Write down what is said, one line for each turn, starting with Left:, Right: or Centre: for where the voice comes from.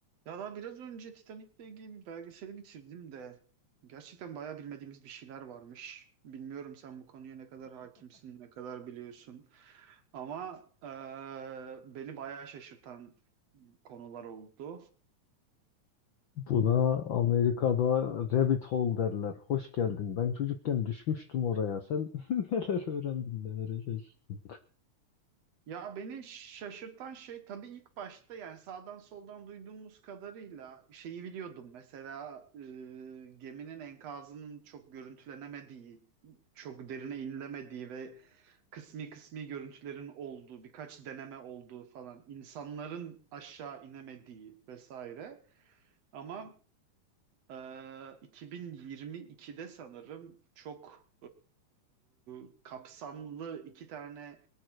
Right: Ya daha biraz önce Titanic'le ilgili bir belgeseli bitirdim de gerçekten bayağı bilmediğimiz bir şeyler varmış. Bilmiyorum sen bu konuya ne kadar hakimsin, ne kadar biliyorsun. Ama eee, beni bayağı şaşırtan konular oldu.
Left: Buna Amerika'da rabbit hole derler. Hoş geldin. Ben çocukken düşmüştüm oraya. Sen <laughs> neler öğrendin, neler yaşadın?
Right: Ya beni şaşırtan şey tabii ilk başta yani sağdan soldan duyduğumuz kadarıyla şeyi biliyordum. Mesela e, geminin enkazının çok görüntülenemediği, çok derine inilemediği ve kısmi kısmi görüntülerin olduğu, birkaç deneme olduğu falan, insanların aşağı inemediği vesaire. Ama ee, 2022'de sanırım çok e, kapsamlı iki tane